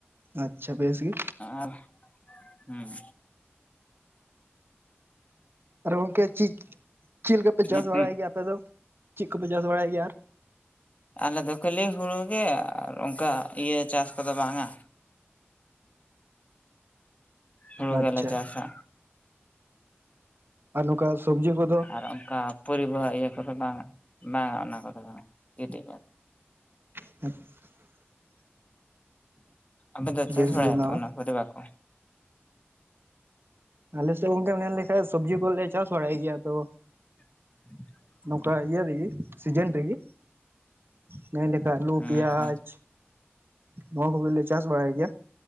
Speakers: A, on the right; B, on the left.
A: ᱟᱪᱪᱷᱟ ᱵᱮᱥ ᱜᱮ᱾
B: ᱟᱨ ᱦᱩᱸ᱾
A: ᱟᱨ ᱜᱚᱝᱠᱮ ᱪᱤᱫ ᱪᱮᱫ ᱞᱮᱠᱟᱯᱮ ᱪᱟᱥ
B: ᱱᱤᱛ
A: ᱵᱟᱲᱟᱭ ᱜᱮᱭᱟ ᱟᱯᱮ ᱫᱚ ᱪᱮᱫ ᱠᱚᱯᱮ ᱪᱟᱥ ᱵᱟᱲᱟᱭ ᱜᱮᱭᱟ ᱟᱨ?
B: ᱟᱞᱮᱫᱚ ᱠᱷᱟᱹᱞᱤ ᱦᱩᱲᱩᱮ ᱟᱨ ᱚᱱᱠᱟ ᱤᱭᱟᱹ ᱪᱟᱥ ᱠᱚᱫᱚ ᱵᱟᱝᱟ ᱦᱩᱲᱩ
A: ᱟᱪᱪᱷᱟ
B: ᱜᱮᱞᱟᱮ ᱪᱟᱥᱟ᱾
A: ᱟᱨ ᱱᱚᱝᱠᱟ ᱥᱚᱵᱽᱡᱤ ᱠᱚ
B: ᱟᱨ ᱚᱱᱠᱟ ᱯᱚᱨᱤᱵᱟ ᱤᱭᱟᱹ ᱠᱚᱫᱚ ᱵᱟᱝ ᱵᱟᱝᱟ ᱚᱱᱟ ᱠᱚᱫᱚ ᱵᱟᱝ ᱠᱟᱹᱴᱤᱡ
A: <inaudible>
B: ᱟᱫᱚ ᱞᱮ ᱪᱟᱥ
A: ᱵᱮᱥ
B: ᱵᱟᱲᱟᱭᱟ
A: ᱜᱮ ᱦᱚᱸ
B: ᱚᱱᱟ ᱠᱚᱫᱚ ᱵᱟᱠᱚ
A: ᱟᱞᱮᱥᱮᱜ ᱜᱚᱝᱠᱮᱢ ᱧᱮᱞ ᱞᱮᱠᱷᱟᱡ ᱥᱚᱵᱡᱤ ᱠᱚᱞᱮ ᱪᱟᱥ ᱵᱟᱲᱟᱭ ᱜᱮᱭᱟ ᱟᱫᱚ
B: <unintelligible>
A: ᱱᱚᱝᱠᱟ ᱤᱭᱟᱹ ᱨᱮᱜᱮ ᱥᱤᱡᱮᱱ ᱨᱮᱜᱮ ᱢᱮᱱ ᱞᱮᱠᱷᱟᱡ ᱟᱞᱩ
B: ᱦᱩᱸ
A: ᱯᱮᱸᱭᱟᱡ
B: ᱦᱩᱸ
A: ᱱᱚᱣᱟ ᱠᱚᱜᱮ ᱞᱮ ᱪᱟᱥ ᱵᱟᱲᱟᱭ ᱜᱮᱭᱟ